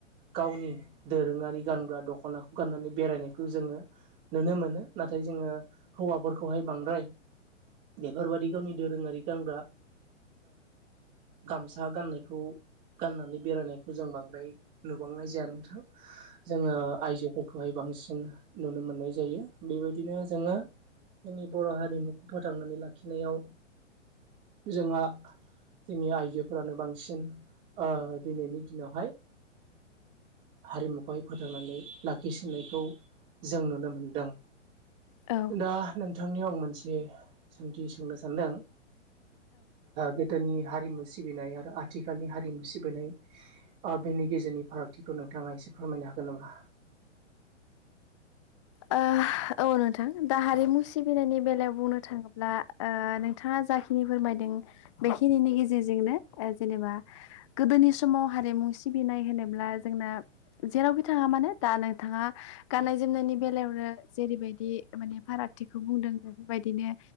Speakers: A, on the right; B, on the left.
A: गावनि दोरोङारि गानग्रा दख'नाखौ गाननानै बेरायनायखौ जोङो नुनो मोनो नाथाय जोङो हौवाफोरखौहाय बांद्राय बेफोरबादि गावनि दोरोङारि गानग्रा गामसा गाननायखौ गाननानै बेरायनायखौ जों बांद्राय नुबांनाय जाया नोंथां जोङो आयजोफोरखौहाय बांसिन नुनो मोननाय जायो बेबायदिनो जोङो जोंनि बर' हारिमुखौ फोथांनानै लाखिनायाव जोंहा जोंनि आइजोफोरानो बांसिन दिनैनि दिनावहाय हारिमुखौहाय फोथांनानै लाखिसिननायखौ जों नुनो मोनो दां
B: औ
A: दा नोंथांनियाव आं मोनसे सोंथि सोंनो सानदों गोदोनि हारिमु सिबिनाय आरो आथिखालनि हारिमु सिबिनाय आ बेनि गेजेरनि फारागथिखौ नोंथाङा एसे फोरमायनो हागोन नामा।
B: ओ औ नोंथां दा हारिमु सिबिनायनि बेलायाव बुंनो थाङोब्ला ओ नोंथाङा जाखिनि फोरमायदों बेखिनिनि गेजेरजोंनो ओ जेनेबा गोदोनि समाव हारिमु सिबिनाय होनोब्ला जोंना जेरावखि थाङा मानो दा नोंथाङा गाननाय जोमनायनि बेलायावनो जेरैबायदि माने फाराथिखौ बुंदों बेफोरबायदिनो